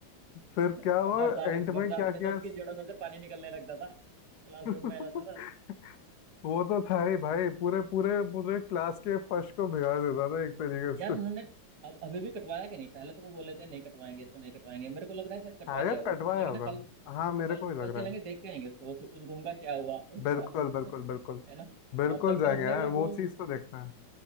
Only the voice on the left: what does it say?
फिर
क्या हुआ
एंड
में क्या
किया
<laughs>
वो तो था ही भाई पूरे पूरे पूरे क्लास के फर्श को भिगा देता था एक तरीके
से
शायद
कटवाया
होगा
हाँ मेरे
को भी
लग
रहा है
बिल्कुल बिल्कुल
बिल्कुल
बिल्कुल
जाएंगे
यार
वो चीज़ तो देखते हैं